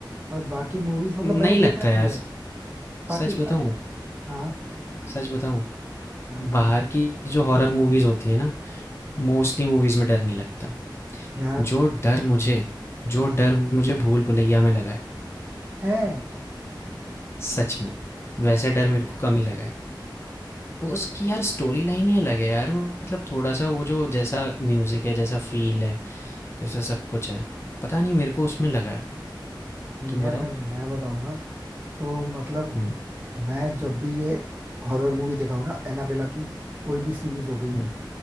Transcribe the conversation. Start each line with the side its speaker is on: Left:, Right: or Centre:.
Right: और बाकी मूवीज मतलब
Left: नहीं
Right: मैंने
Left: लगता
Right: देख रखी
Left: यार
Right: है बाकी
Left: सच बताऊँ
Right: अरे हाँ
Left: सच बताऊँ
Right: हाँ हाँ
Left: बाहर की जो हॉरर मूवीज होती है ना मोस्टली मूवीज में डर नहीं लगता
Right: यार
Left: जो डर मुझे जो
Right: हाँ
Left: डर मुझे भूल भुलैया में लगा है
Right: है
Left: सच में वैसा डर मेरे को कम ही लगा है उसकी यार स्टोरी लाइन ही अलग है यार मतलब थोड़ा सा वो जो जैसा म्यूजिक है जैसा फील है जैसा सब कुछ है पता नहीं मेरे को उसमें लगा है
Right: नहीं
Left: तुम
Right: यार
Left: बताओ
Right: अगर मैं बताऊँ ना तो मतलब
Left: हम्म
Right: मैं जब भी ये हॉरर मूवी देखा हूं ना एनाबेला की कोई भी सीरीज हो गई
Left: हम्म